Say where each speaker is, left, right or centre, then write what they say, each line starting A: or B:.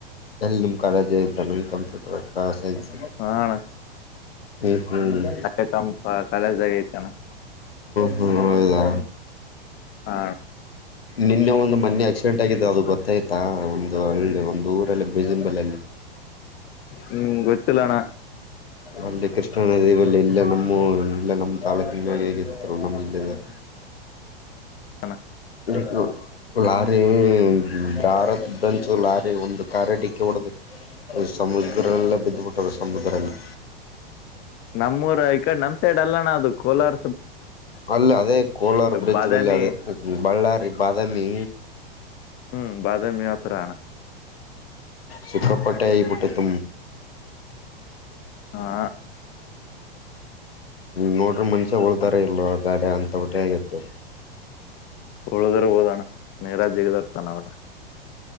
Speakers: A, on the left (about 75°); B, on the left (about 35°).
A: ಎಲ್ಲಿ ನಿಮ್ ಕಾಲೇಜ್ ಐ್ತ ನನ್ ಕಂಪ್ಯೂಟರ್ ಅಕ್ಕ ಸೈನ್ಸ್
B: ಹಾ ಅಣ್ಣ
A: ಹ್ಮ ಹ್ಮ್ ಹ
B: ಅದೇ ಕಮ್ ಕಾಲೇಜ್ ಆಗೈತಣ್ಣ
A: ಹ್ಮ ಹೌೌದಾ
B: ಹಾ
A: ನಿನ್ನೆ ಒ ಒಂದು ಮನೆೆ ಆಕ್ಸಿಡೆಂಟ್ ಆಗಿದೆ ಅದು ಗೊತ್ತಾಯ್ತಾ ಒಂದು ಹಳ್ಳಿ ಒಂದು ಊರಲ್ಲಿ ಬಜಂಬಲ್ಲ್ಲಿ
B: ಹ್ಮ್ ಗತ್ತಲಣ
A: ಅಲ್ಲಿ ಕೃಷ್ಣಾ ನದಿವಲ್ಲ ಇಲ್ಲ ನಮ್ಮ ಇಲ್ಲ ನಮ್ಮ್ ತಾಲೂಕಿನಿಂದ ಹೇಗಿತ್ತಲ್ಲ ನಮ್ಮ್ ಜಿಲ್ಲೆದಾಗ
B: ಚಲ
A: ಇ ಲಾರಿ ದಾರದ ಬಂಂತು ಲಾರಿ ಒಂದು ಕ ಡಿಕ್ಕಿ ಹೊಡ್ದ ಇ ಸಮುದ್ರಲ್ಲೇ ಬಿದ್ದುಬಿಟ್ಟರು ಸಮುದ್ರದಲ್ಲಿ
B: ನಮ್ಮೂರ ಈ ಕಡೆ ನಮ್ ಸೈಡ್ ಅಲ್ಲಣ ಅದು ಕೋಲಾರ
A: ಅಲ್ಲ ಅದೇ ಕೋಲಾರ ಬ್ರಿಡ್ಜ್
B: ಬಾದಾಮಿ
A: ಬಲ್ಲಿ ಅದೇ ಬಳ್ಳಾರಿ ಬಾದಾಮಿ
B: ಹ್ಮ್ ಬಾಾದಾಮ್ಯ ಮಾ ಅತ್ರಣ
A: ಸುಖಪಟ್ಟ ಈ ಪುಟ್ಟಿ ತು
B: ಹಾ
A: ನೋಡ್ರಿ ಮನ್ಷ್ಯ ಉಳ್ದಾರ ಇಲ್ವ ಗಾಡಿ ಅಂತ ಬಿಿಟ್ಟೆ ಆಗಿತ್ತು
B: ಹಳಿದರು ಹಓದೋಣ ನೇರಾಜ್ಯಗದರ್ತಾನ ಅವಣ